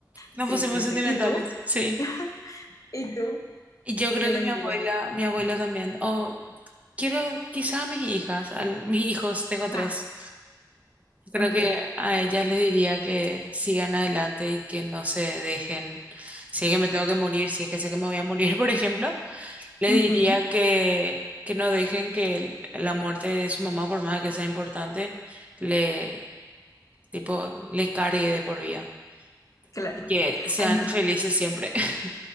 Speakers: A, on the right; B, on the left.
A: nos
B: sí,
A: pusimos
B: sí,
A: sentimentales.
B: sí. ¿Y tú?
A: Sí.
B: <laughs> ¿Y tú
A: Y Yo creo
B: qué le
A: que mi
B: dirías?
A: abuela, mi abuela también. O quiero, quizás a mis hijas, a <laughs> mis hijos, tengo tres.
B: Ah,
A: Creo
B: ok.
A: que a ellas les diría que sigan adelante y que no se dejen. Si es que me tengo que morir, si es que sé que me voy a morir, <laughs> por ejemplo, les
B: Ujú,
A: diría que, que no dejen que el- la muerte de su mamá, por más que sea importante, le, tipo, le cargue de por vida.
B: claro.
A: Y que sean
B: Ay, no,
A: felices siempre. <laughs>